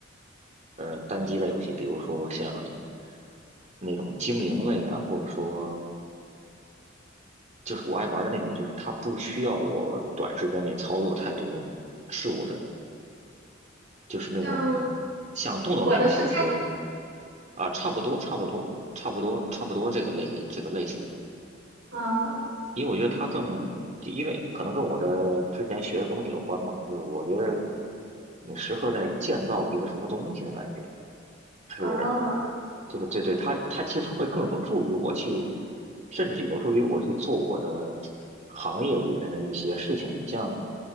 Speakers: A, on the right; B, on the right.
A: 嗯，单机类游戏，比如说像那种经营类啊，或者说就是我爱玩的那种，就是它不需要我短时间内操作太多事物的，就是那种
B: 像
A: 像动作类游戏，
B: 我的世界，
A: 我觉得啊差不多差不多差不多差不多这个类这个类型的，
B: 嗯
A: 因为我觉得它更，就因为可能跟我的之前学的东西有关吧，就是我觉得你时刻在建造一个什么东西的感觉是。
B: 啊
A: 对对对，它它其实会更有助于我去，甚至是有助于我去做我的行业里面的一些事情。你像